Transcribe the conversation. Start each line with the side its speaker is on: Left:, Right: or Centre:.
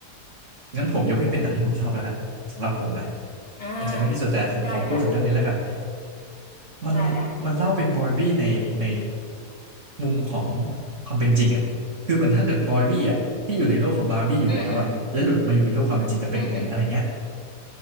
Right: งั้นผมยกให้เป็นหนังที่ผมชอบแล้วกันสำหรับผมนะ
Left: อ่า
Right: อาจจะไม่ที่สุดแต่ผมขอพูดถึงเรื่องนี้แล้วกัน
Left: อ่ะได้ได้
Right: มันมันเล่าเป็นบอยบี้ในใน
Left: ได้ได้
Right: มุมของความเป็นจริงอ่ะคือเหมือนถ้าเกิดบอยบี้อ่ะที่อยู่ในโลกของบาร์บี้อยู่แล้วอ่ะแล้วหลุดมาอยู่ในโลกความเป็นจริงจะเป็นยังไงอะไรเงี้ย
Left: อืมอืมอืมอืม